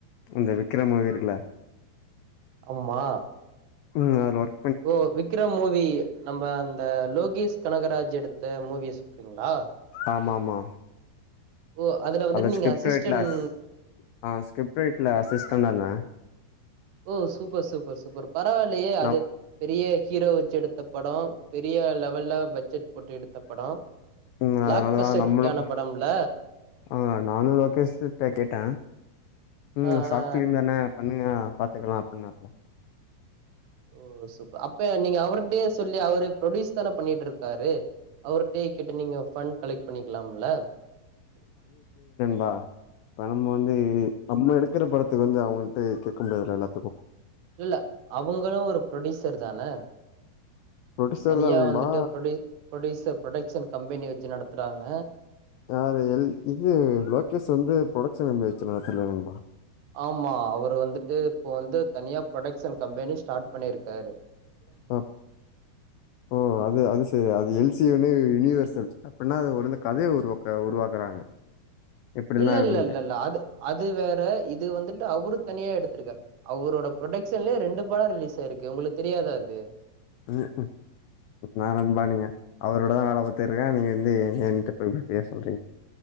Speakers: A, on the left (about 90°); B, on the right (about 75°).
A: இந்த விக்ரம் மூவி இருக்ள
B: ஆமா
A: ம் ஆறுவார்
B: ஓ விக்ரம் மூவி நம்ம அந்த லோகேஷ் கனகராஜ் எடுத் அந்த மூவி சொல்றீங்களா
A: ஆமா ஆமா
B: ஓ அதுல வந்துட்டு
A: அந்த
B: நீங்க
A: ஸ்கிரிப்ட்
B: அசிஸ்டன்ட்
A: ரேட்ல அஸிஸ் ஆ ஸ்கிரிப்ட் ரேட்ல ஆசிஸண்டாருந்த
B: ஓ சூப்பர் சூப்பர் சூப்பர் பரவாயில்லையே
A: நம்
B: அது பெரிய ஹீரோ வச்சு எடுத்த படோ பெரிய லெவல்ல பட்ஜெட் போட்டு எடுத்த படோ
A: ம்
B: பிளாக்
A: அதனாலதா
B: பஸ்டர்
A: நம்மளு
B: ஹிட் ஆன படம்ல
A: ஆ நானு லொகேஷிட்ட கேட்டே ம்
B: ஆ
A: ஷார்ட்
B: ஆ
A: ஃபிலிம் தானே பண்ணுங்க பாத்துக்கலா அப்டினாப்ல
B: ஓ சூப்பர் அப்ப நீங்க அவர்க்டே சொல்லி அவரு ப்ரொடியூஸ் தானே பண்ணிட்டு இருக்காரு அவர்க்டே கிட்ட நீங்க ஃபண்ட் கலெக்ட் பண்ணிக்கலாம்ல
A: வா இப்ப நம்ம வந்து நம்ம எடுத்து இருக்கிற படத்துக்கு வந்து அவங்கிட்ட கேட்க முடியாதுல எல்லாத்துக்கு
B: இல்லல்ல அவங்களு ஒரு பு்ரொடியூசர் தானே
A: ப்ரொடியூசர்
B: தனியா
A: தா நண்பா
B: வந்துட்டு ப்ரொடி ப்ரொடியூசர் பு்ரொடக்ஷன் கம்பெனி வச்சு நடத்துறாங்க
A: யாரு எல் இது லோகேஷ் வந்து பு்ரொடகக்ஷன் நம்பி வச்சு நடத்தல நண்பா
B: ஆமா அவரு வந்துட்டு இப்போ வந்து தனியா ப்ரொடக்ஷன் கம்பெனி ஸ்டார்ட் பண்ணியிருக்காரு
A: அ ஓ அது அது சரி அது எல்சியூ யூனிவர்ச அப்டின்னா அது உந்து கதைய உருவாக்க உருவாக்குறாங்க எப்டிலா
B: இல்ல
A: இருக்குன்ட்டு
B: இல்ல இல்ல இல்ல அது அது வேற இது வந்துட்டு அவரு தனியா எடுத்திருக்கரு அவரோட புரடக்ஷன்லயே ரெண்டு படோ ரிலீஸ் ஆயிருக்கு உங்களுக்கு தெரியாதா அது
A: உஅ ன்னா நண்பானிங்க அவரோடதா வேலப் போத்தருக்கா நீங்க வந்து எனிட்ட போ பேச சொல்றீங்க